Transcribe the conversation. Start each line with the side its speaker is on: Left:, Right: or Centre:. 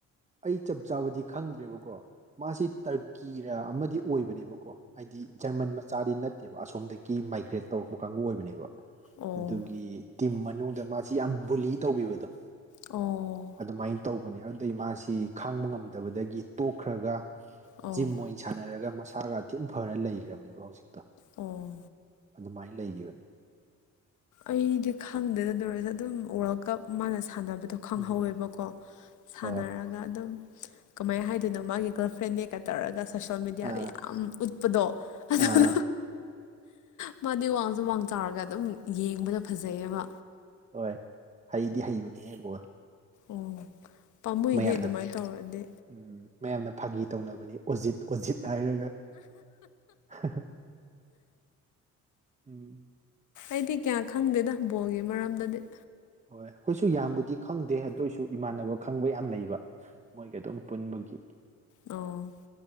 Right: ꯑꯩ ꯆꯞ ꯆꯥꯕꯗꯤ ꯈꯪꯗ꯭ꯔꯦꯕꯀꯣ꯫ ꯃꯥꯁꯤ ꯇꯔꯀꯤ ꯔ ꯑꯃꯗꯤ ꯑꯣꯏꯕꯅꯦꯕꯀꯣ꯫ ꯍꯥꯏꯗꯤ ꯖꯔꯃꯟ ꯃꯆꯥꯗꯤ ꯅꯠꯇꯦꯕ ꯑꯁꯣꯝꯗꯒꯤ ꯃꯥꯏꯒ꯭ꯔꯦꯠ ꯇꯧꯔꯛꯄ ꯀꯥꯡꯕꯨ ꯑꯣꯏꯕꯅꯦꯕ꯫
Left: ꯑꯣ
Right: ꯑꯗꯨꯒꯤ ꯇꯤꯝ ꯃꯅꯨꯡꯗ ꯃꯥꯁꯤ ꯌꯥꯝ ꯕꯨꯂꯤ ꯇꯧꯕꯤꯕꯗꯣ꯫
Left: ꯑꯣ
Right: ꯑꯗꯨꯃꯥꯏ ꯇꯧꯕꯅꯦ ꯑꯗꯨꯗꯩ ꯃꯥꯁꯤ ꯈꯥꯡꯕ ꯉꯝꯗꯕꯗꯒꯤ ꯇꯣꯛꯈ꯭ꯔꯒ꯫
Left: ꯑꯣ
Right: ꯖꯤꯝ ꯑꯣꯏꯅ ꯁꯥꯟꯅꯔꯒ ꯃꯁꯥꯒ ꯊꯤꯟ ꯐꯔ ꯂꯩꯈ꯭ꯔꯕꯅꯦꯕ ꯍꯧꯖꯤꯛꯇꯣ꯫
Left: ꯑꯣ
Right: ꯑꯗꯨꯃꯥꯏ ꯂꯩꯒꯤꯕꯅꯤ꯫
Left: ꯑꯩꯗꯤ ꯈꯪꯗꯦꯗ ꯗꯨ ꯑꯣꯏꯔꯁꯨ ꯑꯗꯨꯝ ꯋꯥꯔꯜ ꯀꯞ ꯃꯥꯅ ꯁꯥꯟꯅꯕꯗꯣ꯫ ꯈꯪꯍꯧꯋꯦꯕꯀꯣ
Right: ꯑ
Left: ꯁꯥꯟꯅꯔꯒ
Right: ꯍꯣꯏ
Left: ꯑꯗꯨꯝ ꯀꯃꯥꯏ ꯍꯥꯏꯗꯣꯏꯅꯣ ꯃꯥꯒꯤ ꯒꯔꯜꯐ꯭ꯔꯦꯟ ꯅꯦꯒ ꯇꯧꯔꯒ ꯁꯣꯁꯦꯜ ꯃꯦꯗꯤꯌꯥꯗ
Right: ꯑꯥ
Left: ꯌꯥꯝ ꯎꯠꯄꯗꯣ ꯑꯗꯨꯗꯨ
Right: ꯑꯥ
Left: ꯍ ꯃꯥꯗꯤ ꯋꯥꯡꯁꯨ ꯋꯥꯡ ꯆꯥꯎꯔꯒ ꯑꯗꯨꯝ ꯌꯦꯡꯕꯗ ꯐꯖꯩꯑꯕ꯫
Right: ꯍꯣꯏ ꯍꯩꯗꯤ ꯍꯩꯕꯅꯤꯌꯦ ꯕꯣꯜ꯫
Left: ꯑꯣ ꯄꯥꯝꯃꯨꯏꯍꯦ
Right: ꯃꯌꯥꯝꯅ
Left: ꯑꯗꯨꯃꯥꯏ ꯇꯧꯔꯗꯤ꯫
Right: ꯎꯝ ꯃꯌꯥꯝꯅ ꯐꯥꯒꯤ ꯇꯧꯅꯕꯅꯤ ꯑꯣꯖꯤꯠ ꯑꯣꯖꯤꯠ ꯍꯥꯏꯔꯒ ꯍꯥꯍꯥ ꯎꯝ
Left: ꯑꯩꯗꯤ ꯀꯌꯥ ꯈꯪꯗꯦꯗ ꯕꯣꯜꯒꯤ ꯃꯔꯝꯗꯗꯤ꯫
Right: ꯍꯣꯏ ꯑꯈꯣꯏꯁꯨ ꯌꯥꯝꯕꯨꯗꯤ ꯈꯪꯗꯦ ꯑꯗꯨꯏꯁꯨ ꯏꯃꯥꯟꯅꯕ ꯈꯪꯕ ꯌꯥꯝ ꯂꯩꯕ ꯃꯣꯏꯒ ꯑꯗꯨꯝ ꯄꯨꯟꯕꯒꯤ꯫
Left: ꯑꯣ